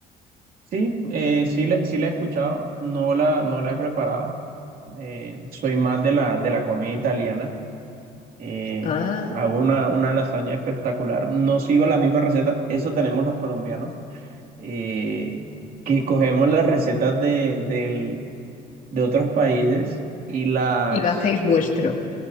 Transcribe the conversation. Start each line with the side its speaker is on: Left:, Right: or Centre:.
Right: sí, eh, sí, la, sí la he escuchado, no la, no la he preparado. Eh, soy más de la, de la comida italiana. eh,
Left: Ah,
Right: hago una, una lasaña espectacular. No sigo la misma receta, eso tenemos los colombianos. eh, que cogemos las recetas de, del de otros países y las,
Left: y lo hacéis vuestro.